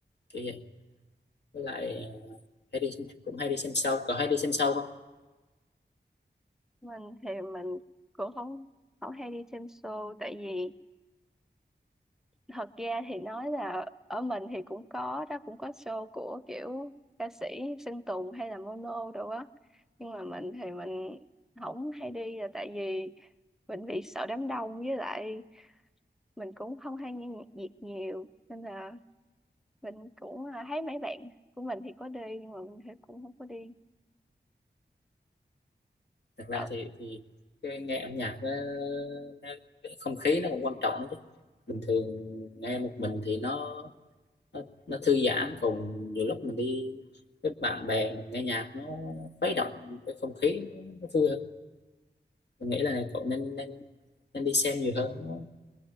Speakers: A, on the left; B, in the centre.
A: kiểu vậy với lại ờ, hay đi cũng hay đi xem show cậu hay đi xem show không
B: mình thì mình cũng không không hay đi xem show tại vì thật ra thì nói là ở mình thì cũng có đó cũng có show của kiểu ca sĩ Sơn Tùng hay là Mono đồ á nhưng mà mình thì mình không hay đi là tại vì mình bị sợ đám đông với lại mình cũng không hay nghe nhạc Việt nhiều nên là mình cũng à, thấy mấy bạn của mình thì có đi nhưng mà mình thì cũng không có đi
A: thật ra
B: Ở,
A: thì thì cái, nghe âm nhạc nó, nó cái không khí nó cũng quan trọng lắm chứ bình thường nghe một mình thì nó nó, nó thư giãn còn nhiều lúc mình đi với bạn bè mình nghe nhạc nó khuấy động cái không khí nó vui hơn mình nghĩ là này cậu nên nên nên đi xem nhiều hơn nó,